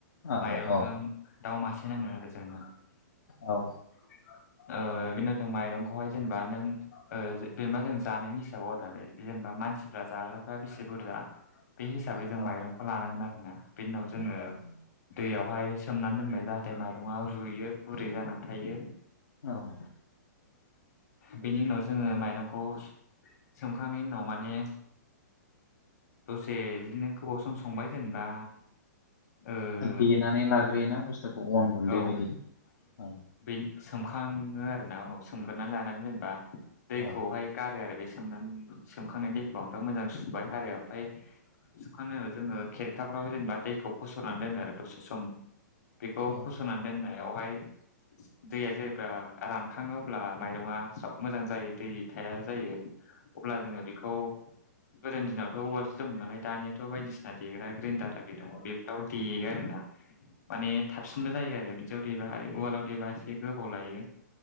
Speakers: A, on the left; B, on the left.
A: औ
B: माइरंजों
A: औ
B: दाउ मासे नांगोन आरो जोंनो
A: औ
B: ओ बेनि उनाव जों माइरंखौहाय जेनोबा नों जेनबा जों जानायनि हिसाबाव बे जेनेबा मानसिफ्रा जाग्राफ्रा बेसे बुरजा बे हिसाबै
A: औ
B: जों माइरं लानांगोन आरोना बेनि उनाव जोङो
A: औ
B: दैयावहाय सोमनानै दोनबाय जाहाथे माइरङा रुयो गुरै जानानै थायो।
A: औ
B: बेनि उनाव जोङो माइरंखौ सं सोमखांनायनि उनाव माने दसे बिदिनो गोबाव सम संबाय जेनेबा ओ
A: देनानै लाग्रोयोना बुस्थुखौ अन गुन्दै
B: औ
A: बायदि औ
B: बे सोमखाङो आरोना उनाव सोमगोरोनानै लानानै जेनेबा दैखौहाय
A: औ
B: गारो आरो बे सोमनानै सोमखांनाय दैखौ ओमफ्राय मोजां सुबाय
A: औ
B: आरो ओमफ्राय सुखांनायाव जोङो खेरखाफ्राव जेनेबा दैखौ फसरनानै दोनो आरो दसे सम। बेखौ
A: औ
B: फसरनानै दोननायावहाय दैया जेबा रानखाङो अब्ला माइरङा स्राव मोजां जायो दै थाया जायो। अब्ला जोङो बेखौ गोदो दिनावथ उवालसो दंमोन नालाय दानियाथ बायदिसिना देग्रा ग्रेन्डार आरि दङ बेफ्राव देयो आरो ना।
A: <inaudible>
B: माने थाबसिनबो जायो आरो बिदियाव दैबा आरो उवालाव दैबा एसे गोबाव लायो।